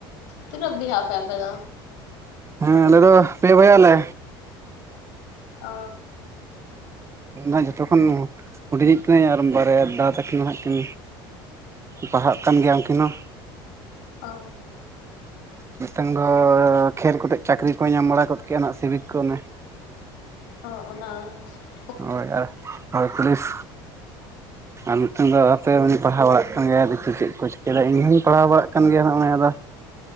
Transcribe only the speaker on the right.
ᱦᱮᱸ ᱟᱞᱮ ᱫᱚ ᱯᱮ ᱵᱚᱭᱦᱟ ᱟᱞᱮ
ᱤᱧ ᱫᱚ ᱦᱟᱸᱜ ᱡᱚᱛᱚᱠᱷᱚᱱ ᱦᱩᱰᱤᱧᱤᱡ ᱠᱤᱱᱟᱹᱧ ᱟᱨ ᱵᱟᱨᱭᱟ ᱫᱟ ᱛᱟᱹᱠᱤᱱ ᱫᱚ ᱦᱟᱸᱜ ᱠᱤᱱ ᱯᱟᱲᱦᱟᱜ ᱠᱟᱱ ᱜᱮᱭᱟ ᱩᱝᱠᱤᱱ ᱦᱚᱸ
ᱢᱮᱴᱟᱝ ᱫᱚ ᱠᱷᱮᱞ ᱠᱚᱛᱮ ᱪᱟᱠᱨᱤ ᱠᱚᱭ ᱧᱟᱢ ᱵᱟᱲᱟ ᱠᱚᱫ ᱠᱮᱜ-ᱟ ᱱᱟᱜ ᱥᱤᱵᱤᱠ ᱠᱚ ᱚᱱᱮ
ᱦᱳᱭ ᱟᱨ ᱦᱳᱭ ᱯᱩᱞᱤᱥ ᱟᱨ ᱢᱤᱴᱮᱱ ᱫᱚ ᱛᱮ ᱩᱱᱤᱧ ᱯᱟᱲᱦᱟᱣ ᱵᱟᱲᱟᱜ ᱠᱟᱱ ᱜᱮᱭᱟ ᱫᱮᱠᱷᱤ ᱪᱮᱫ ᱠᱚᱭ ᱪᱤᱠᱟᱹᱭ ᱫᱟ ᱤᱧᱦᱚᱸᱧ ᱯᱟᱲᱦᱟᱣ ᱵᱟᱲᱟᱜ ᱠᱟᱱ ᱜᱮᱭᱟ ᱱᱟᱸᱜ ᱼᱚᱭ ᱟᱫᱚ